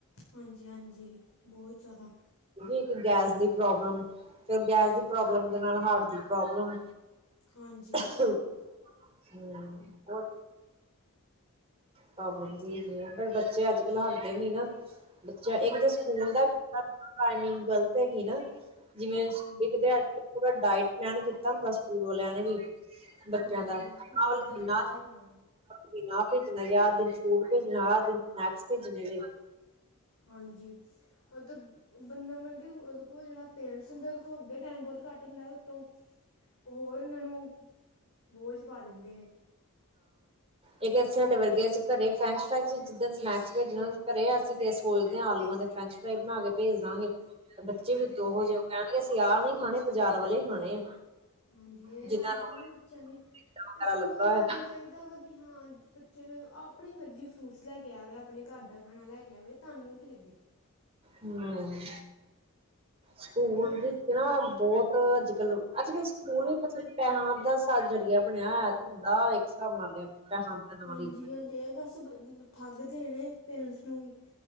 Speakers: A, on the left; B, on the right.
A: ਹਾਂਜੀ -ਹਾਂਜੀ- ਬਹੁਤ ਜ਼ਿਆਦਾ
B: ਇੱਕ ਗੈਸ ਦੀ- ਪ੍ਰੋਬਲਮ ਫਿਰ ਗੈਸ ਦੀ ਪ੍ਰੋਬਲਮ ਦੇ ਨਾਲ ਹਾਰਟ ਦੀ ਪ੍ਰੋਬਲਮ
A: ਹਾਂਜੀ
B: <inaudible> ਪ੍ਰੋਬਲਮ ਵੀ ਹੈਗੀ ਆ ਪਰ ਬੱਚੇ ਅੱਜ ਕੱਲ੍ਹ ਹਟਦੇ ਨਹੀ ਨਾ ਬੱਚਾ
A: ਨਹੀਂ
B: ਇੱਕ ਤਾਂ ਸਕੂਲ
A: ਹਟਦੇ
B: ਦਾ ਟਾਈਮਿੰਗ ਗ਼ਲਤ ਹੈਗੀ ਨਾ- ਜਿਵੇਂ
A: ਹਾਂਜੀ
B: ਇੱਕ ਤੇ ਅੱਜ ਕੱਲ ਪੂਰਾ ਡਾਇਟ। ਪੈਲਨ ਕੀਤਾ ਹੁੰਦਾ ਸਕੂਲੋਂ ਲੈਣਗੇ। ਬੱਚਿਆਂ
A: ਹਾਂਜੀ
B: ਦਾ ਆਹ
A: ਕਿ
B: ਵਾਲੇ
A: ਇੱਦਾਂ ਇੱਦਾਂ
B: ਨਾ।
A: ਲੈ ਕੇ ਆਉਣਾ
B: ਪੀਣਾ ਵੇ। ਨਜਾਦੀਪ ਸਕੂਲ ਭੇਜਣ ਵਾਲਾ ਤੇ ਸਨੈਕਸ ਭੇਜਣੇ ਜੇ।
A: ਹਾਂਜੀ ਉਹ ਤਾਂ ਬੰਦਾ ਮਤਲਬ ਕਿ ਉਹਦੇ ਕੋਲ ਜਿਹੜਾ ਪੇਰੈਂਟਸ ਹੁੰਦਾ ਉਹਦੇ ਕੋਲ ਅੱਗੇ ਟਾਈਮ ਬਹੁਤ ਘੱਟ ਹੁੰਦਾ ਉੱਤੋਂ ਹੋਰ ਉਹਨਾਂ ਨੂੰ ਬੋਝ ਪਾ ਦਿੰਦੇ ਨੇ।
B: ਇੱਕੇ ਸਾਡੇ ਵਰਗੇ ਅਸੀਂ ਘਰੇ ਫਰੈਂਚ ਫਰਾਈ ਜਿੱਦਣਨੈਕਸ ਭੇਜਣ ਹੋਣ ਘਰੇ ਅਸੀਂ ਸੋਚਦੇ ਹਾਂ ਆਲੂਆਂ ਤੇ ਫਰੈਂਚ ਫਰਾਈ ਬਣਾ ਕੇ ਭੇਜ ਦਾਂਗੇ। ਤੇ ਬੱਚੇ
A: ਹਾਂਜੀ
B: ਵੀ ਦੋ ਜੋ ਕਹਿਣਗੇ। ਤੇ ਆਹ ਨਹੀ ਖਾਣੇ ਬਾਜ਼ਾਰ ਵਾਲੇ ਹੀ ਖਾਣੇ ਆ
A: ਹਾਂਜੀ ਇਹ
B: ਜਿਨਾਂ
A: ਆਦਤ
B: ਨੂੰ
A: ਨਾ ਫੇਰ। ਬੱਚਿਆਂ ਦੀ
B: ਮੈਦਾ ਵਗੈਰਾ
A: ਇਹ ਸਕੂਲ
B: ਲੱਗਾ
A: ਲੈਣ
B: ਹੋਏਗਾ
A: ਜਾਣ ਚਾਹੀਦਾ ਵਾ ਕਿ ਹਾਂ। ਬੱਚੇ ਨੂੰ ਆਪਣੀ ਮਰਜੀ ਫਰੂਟਸ ਲੈ ਕੇ ਆਵੇ ਆਪਣੇ ਘਰ ਦਾ ਖਾਣਾ ਲੈ ਕੇ ਆਵੇ ਤੁਹਾਨੂੰ ਕੀ ਲੱਗੇ
B: ਹੂੰ। ਸਕੂਲ
A: ਇਹ ਬੱਚੇ
B: ਵਿੱਚ ਨਾ ਬਹੁਤ ਅੱਜ। ਚਲੋ ਅੱਜ ਕੱਲ੍ਹ ਸਕੂਲ ਵੀ ਮਤਲਬ ਪੈਸਾ ਦਾ ਸਾ ਜ਼ਰੀਆ ਬਣਿਆ ਹੋਇਆ ਧੰਦਾ ਇਸ ਤਰ੍ਹਾਂ ਮੰਨ ਲਿਆ। ਪੈਸਾ ਦੇ ਨਾਲ
A: ਹਾਂਜੀ
B: ਹੀ
A: ਹਾਂਜੀ ਇਹ ਬਸ। ਦੀ ਠੱਗ ਦੇਣੇ ਨੇ। ਪੇਰੈਂਟਸ ਨੂੰ ਵੀ